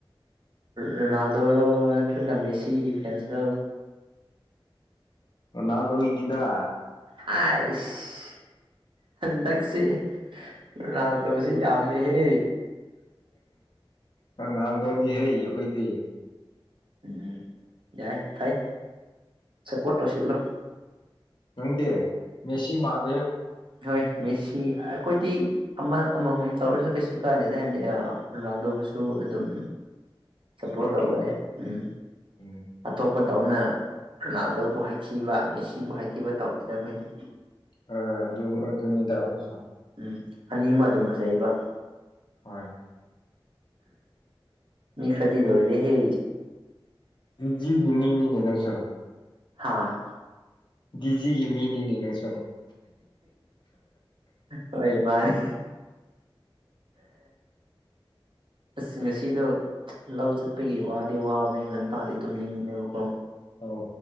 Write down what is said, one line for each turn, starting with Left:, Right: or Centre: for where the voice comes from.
Right: ꯔꯣꯅꯥꯜꯗꯣꯗ ꯅ ꯀ ꯃꯦꯁꯤꯒꯤ ꯐꯦꯟꯁ ꯂꯣ
Left: ꯔꯣꯅꯥꯜꯗꯣꯒꯅꯤꯗ
Right: ꯑꯥꯏꯁ ꯍꯟꯗꯛꯁꯦ ꯔꯣꯅꯥꯜꯗꯣꯁꯤ ꯌꯥꯝꯃꯤ ꯍꯦ
Left: ꯔꯣꯅꯥꯜꯗꯣꯅꯤ ꯍꯩ ꯑꯩꯈꯣꯏꯗꯤ
Right: ꯎꯝ ꯌꯥꯏ ꯐꯩ ꯁꯞꯄꯣꯔꯠ ꯇꯧꯁꯤꯜꯂꯣ
Left: ꯅꯪ ꯗꯦ ꯃꯦꯁꯤ ꯃꯥꯂꯦ
Right: ꯍꯣꯏ ꯃꯦꯁꯤ ꯑꯩꯈꯣꯏꯗꯤ ꯑꯃ ꯑꯃꯃꯝ ꯇꯧꯔꯁꯨ ꯀꯩꯁꯨ ꯀꯥꯏꯗꯦꯗ ꯍꯥꯏꯕꯗꯤ ꯔꯣꯅꯥꯜꯗꯣꯕꯨꯁꯨ ꯑꯗꯨꯝ ꯁꯄꯣꯠ
Left: ꯁꯞꯄꯣꯔꯠ
Right: ꯇꯧꯋꯦ
Left: ꯇꯧꯕ
Right: ꯎꯝ
Left: ꯎꯝ
Right: ꯑꯇꯣꯞꯄꯗꯧꯅ ꯔꯣꯅꯥꯜꯗꯣꯕꯨ ꯍꯥꯏꯊꯤꯕ ꯃꯦꯁꯤꯕꯨ ꯍꯥꯏꯊꯤꯕ ꯇꯧꯗꯦꯗ ꯑꯩꯈꯣꯏꯗꯤ
Left: ꯑ ꯑꯗꯨ ꯑꯗꯨꯅꯤꯗ ꯑꯩꯈꯣꯏꯁꯨ
Right: ꯎꯝ ꯑꯅꯤꯃ ꯑꯗꯨꯝ ꯐꯖꯩꯕ
Left: ꯍꯣꯏ
Right: ꯃꯤ ꯈꯔꯗꯤ ꯂꯣꯏꯔꯦꯍꯦ
Left: ꯖꯤꯅꯤ ꯃꯤꯅꯤꯅꯦ ꯅꯪꯁꯨ
Right: ꯍꯥꯥ
Left: ꯗꯤꯖꯤꯒꯤ ꯃꯤꯅꯤꯅꯦꯅ ꯆꯣ
Right: ꯍꯣꯏ ꯃꯥꯅꯤ ꯑꯁ ꯉꯁꯤꯗ ꯂꯧ ꯆꯠꯄꯒꯤ ꯋꯥꯗꯤ ꯋꯥꯕꯅꯦ ꯉꯟ ꯇꯥꯗꯤ ꯇꯨꯝꯅꯤꯡꯕꯅꯦꯕꯀꯣ
Left: ꯑꯣ